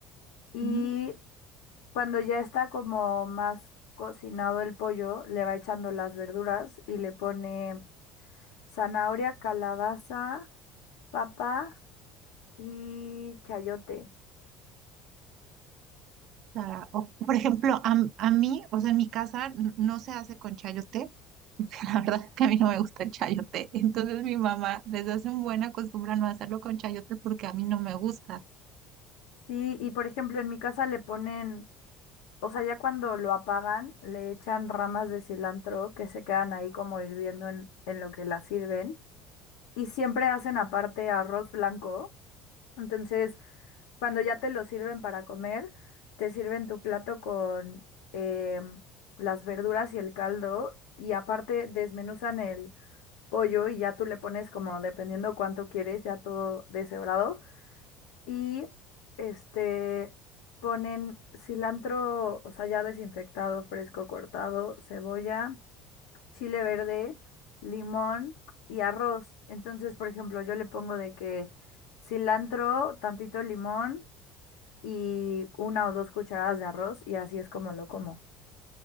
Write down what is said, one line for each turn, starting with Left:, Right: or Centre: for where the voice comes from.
Left: y
Right: Ujú.
Left: Cuando ya está como más cocinado el pollo, le va echando las verduras y le pone zanahoria, calabaza, papa y chayote.
Right: O sea, o, por ejemplo, a, a mí, o sea, en mi casa n- no se hace con chayote, La verdad es que a mí no me gusta el chayote. Entonces mi mamá desde hace un buen acostumbra no hacerlo con chayote porque a mí no me gusta.
Left: Sí, y por ejemplo, en mi casa le ponen, o sea, ya cuando lo apagan, le echan ramas de cilantro que se quedan ahí como hirviendo en, en lo que la sirven. Y siempre hacen aparte arroz blanco. Entonces, Cuando ya te lo sirven para comer, te sirven tu plato con em, las verduras y el caldo y aparte desmenuzan el pollo y ya tú le pones como dependiendo cuánto quieres, ya todo deshebrado y este ponen cilantro, o sea, ya desinfectado, fresco, cortado, cebolla, chile verde, limón y arroz. Entonces, por ejemplo, yo le pongo de que cilantro, tantito limón y una o dos cucharadas de arroz y así es como lo como.